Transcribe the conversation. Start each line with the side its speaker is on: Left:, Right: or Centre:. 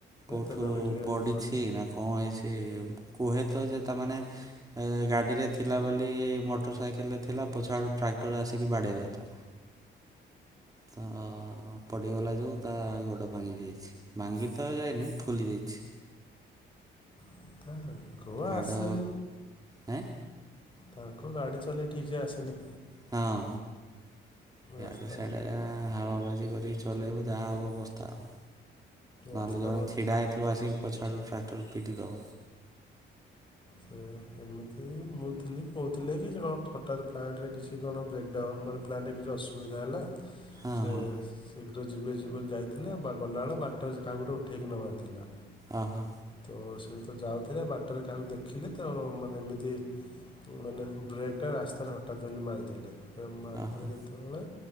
Right: କଉଠୁ
Left: ତେଲ ବି ଟିକେ
Right: ପଡିଛି
Left: ଇଏ କଲେ
Right: ନା କଣ ହେଇଛି? କୁହେ ତ ଯେ ତାମାନେ ଗାଡ଼ିରେ ଥିଲା ବୋଲି ମୋଟର ସାଇକେଲରେ ଥିଲା ପଛଆଡ଼ୁ ଟ୍ରାକ୍ଟର ଆସିକି ବାଡ଼େଇବା ତା ତ ପଡ଼ିଗଲା ଯୋଉ ତା ଗୋଡ଼ ଭାଙ୍ଗି ଦେଇାଇଛି ଭାଙ୍ଗି। ଯାଏନି ଫୁଲି ଯାଇଛି।
Left: <inaudible> ଗଆ
Right: ହାଡ଼
Left: ଆସନ।
Right: ହେଁ
Left: ତାଙ୍କୁ ଗାଡି ଚଲେଇ ଠିକ ସେେ ଆସେନି।
Right: ହଁ
Left: ରାସ୍ତା
Right: ଡେ ସେଆଡେ ହାବାବାଜି କର ରିକି ଚଲେଇବ ଯାହା ହବ ଅବସ୍ଥା ଆଉ।
Left: ରାସ୍ତା
Right: ନହେଲେ ଜଣ
Left: ମ
Right: ଛିଡା ହେଇଥିବ ଆସିକି। ଛାଡୁ ଟ୍ରାକ୍ଟର ପିଟି ଦଅ।
Left: ସେ ଏମିତି ମୁଁ ଥିଲି କହୁଥିଲେ କି କଣ ହଠାତ୍ ପ୍ଲାଣ୍ଟରେ କିଛି କଣ ବ୍ରେକ୍ଡାଉନ୍ ମାନେ ପ୍ଲାଣ୍ଟରେ କିଛି ଅସୁବିଧା ହେଲା।
Right: ହଁ
Left: ସେ
Right: ହଁ
Left: ଶୀଘ୍ର ଯିବେ ଯିବ। ଯାଇଥିଲେ ବା ଗଲାବେଳେ ବାଟରେ କାହା ଗୋଟେ ଉଠେଇକି ନବାରିଥିଲା।
Right: ଓହୋ
Left: ତ ସେ। ତ ଯାଉଥିଲେ ବାଟରେ କାହାକୁ ଦେଖ। ଦେଖିଲେ ତ ମାନେ ଏମିତି ମାନେ ବ୍ରେକ ଟା ରାସ୍ତାରେ ହଠାତ୍ ଏମିତି ମାରିଦେଲେ। ସେ ମରଦଥିଲେ
Right: ଓହୋ
Left: ଯେତବେଳେ।